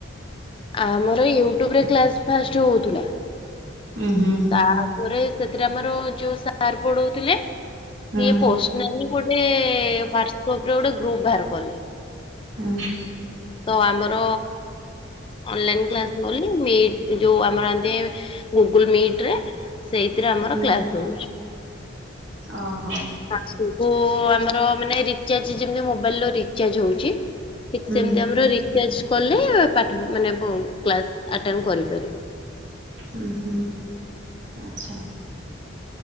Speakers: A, on the left; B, on the right.
A: ଆମର ୟୁଟ୍ୟୁବରେ କ୍ଲାସ ଫାଷ୍ଟ ହୋଉଥୁଲା।
B: ଉଁହୁଁ।
A: ତାପରେ ସେଥିରେ ଆମର ଯୋଉ ସାର୍ ପଢ଼ୋଉଥୁଲେ ସିଏ
B: ହୁଁ
A: ପୋଷ୍ ମାନେ ଗୋଟେ ୱାଟସପ୍ ରେ ଗୋଟେ ଗ୍ରୁପ ବାହାର କଲେ।
B: ହୁଁ।
A: ତ ଆମର ଅନଲାଇନ୍ କ୍ଲାସ ବୋଲି ମିଟ୍ ଏ ଯୋଉ ଆମର ଆନ୍ତି ଗୁଗୁଲ୍ ମିଟ୍ ରେ ସେଇଥିରେ ଆମର
B: ହୁଁ
A: କ୍ଲାସ। <unintelligible>
B: ଓହୋ
A: ମାସୁକୁ ଆମର ମାନେ ରିଚାର୍ଜ ଯେମିତି ମୋବାଇଲିର ରିଚାର୍ଜ ହୋଉଚି।
B: ହୁଁ
A: ସେମିତି ଆମର ରିଚାର୍ଜ କଲେ ପାଠ ମାନେ ବ କ୍ଲାସ୍ ଆଟେମ୍ କରିପାରିବୁ।
B: ଉଁହୁଁ ଆଚ୍ଛା।